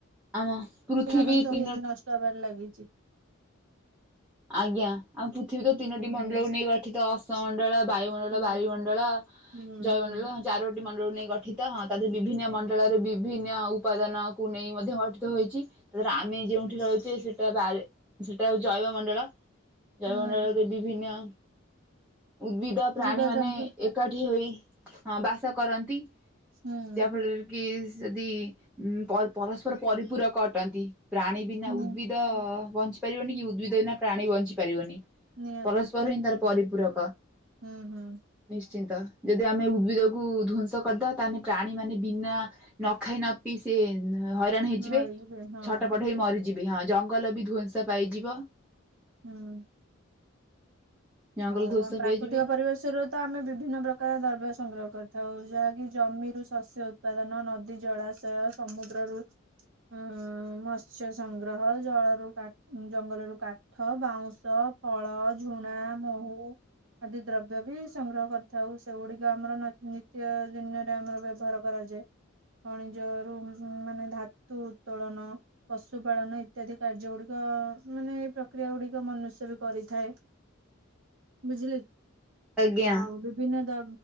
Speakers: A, in the centre; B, on the right.
A: ଆମ ପୃଥିବୀ
B: ଏଠି ଆମର ସବୁ
A: ତିନୋଟି
B: ନଷ୍ଟ ହବାରେ ଲାଗିଛି
A: ଆଜ୍ଞା ଆମେ ପୃଥିବୀ ତ ତିନୋଟି
B: ହୁଁ।
A: ମଣ୍ଡଳକୁ ନେଇ ଗଠିତ ଅସ୍ତ ମଣ୍ଡଳ ବାୟୁ ମଣ୍ଡଳ
B: ହୁଁ
A: ବାରିମଣ୍ଡଳ
B: ହୁଁ
A: ଜୟମଣ୍ଡଳ
B: ହୁଁ।
A: ଚାରୋଟି ମଣ୍ଡଳ କୁ ନେଇ ଗଠିତ ହଁ ତା ଦେହରେ ବିଭିନ୍ନ ମଣ୍ଡଳରେ ବିଭିନ୍ନ ଉପାଦାନକୁ ନେଇ ମଧ୍ୟ ଗଠିତ ହୋଇଛି ତାପରେ ଆମେ ଯୋଉଠି
B: ହୁଁ
A: ରହିଛେ ସେଟା ବାୟୁ ସେଟା ଜୈବ ମଣ୍ଡଳ ଜୟମଣ୍ଡଳରେ
B: ହୁଁ
A: ବିଭିନ୍ନ ଉଦ୍ଭିଦ ପ୍ରାଣୀ
B: ଜୀବଜନ୍ତୁ
A: ମାନେ ଏ ଏକାଠି ହୋଇ ହ ବାସ କରନ୍ତି
B: ହୁଁ
A: ଯାହାଫଳରେ କିସେ ଯଦି ଉ ପରସ୍ପର ପରିପୂରକ ଅଟନ୍ତି। ପ୍ରାଣୀ ବିନା
B: ହୁଁ।
A: ଉଦ୍ଭିଦ ବଞ୍ଚି ପାରିବନି କି ଉଦ୍ଭିଦ ବିନା ପ୍ରାଣୀ ବଞ୍ଚି ପାରିବନି
B: ନିହାତି।
A: ପରସ୍ପର ହିଁ ତାର ପରିପୂରକ
B: ହୁଁ ହୁଁ
A: ନିଶ୍ଚିନ୍ତ ଯଦି ଆମେ ଉଦ୍ଭିଦକୁ ଧ୍ୱସଂ କରିଦବା ତାହେଲେ ପ୍ରାଣୀ ମାନେ ବିନା ନ ଖାଇ ନ ପି ସେ ହଇରାଣ ହେଇଯିବେ
B: ମରିଯିବେ ହଁ
A: ଛଟ
B: ହଁ।
A: ପଟ ହେଇ ମରିଯିବେ ହଁ ଜଙ୍ଗଲ ବି ଧ୍ବଂସ ପାଇଯିବ
B: ହୁଁ
A: ଜଙ୍ଗଲ
B: ହଉ
A: ଧ୍ଵଂସ
B: ଆ ପ୍ରାକୃତିକ
A: ପାଇଯିବ।
B: ପରିବେଶ ର ତ ଆମେ ବିଭିନ୍ନ ପ୍ରକାର ଦ୍ରବ୍ୟ ସଂଗ୍ରହ କରିଥାଉ ଯାହାକି ଜମିରୁ ଶସ୍ୟ ଉତ୍ପାଦନ ନଦୀ ଜଳାଶୟ ସମୁଦ୍ରରୁ ଉଁ ମତ୍ସ୍ୟ ସଂଗ୍ରହ ଜଳରୁ ଜଙ୍ଗଲରୁ କା ଠ ବାଉଁଶ ଫଳ ଝୁଣା ମହୁ ଆଦି ଦ୍ରବ୍ୟ ବି ସଂଗ୍ରହ କରିଥାଉ ସେଗୁଡିକ ଆମର ନିତ୍ୟ ଦିନରେ ଆମର ବ୍ୟବହାର କରାଯାଏ ଖଣିଜ ରୁ ମାନେ ଧାତୁ ଉତ୍ତୋଳନ ପଶୁ ପାାଳନ ଇତ୍ୟାଦି କାର୍ଯ୍ୟ ଗୁଡିକ ମାନେ ଏଇ ପ୍ରକ୍ରିୟା ଗୁଡିକ ମନୁଷ୍ୟ ବି କରିଥାଏ। ବୁଝିଲେ
A: ଆଜ୍ଞା
B: ଆଉ ବିଭିନ୍ନ ଦ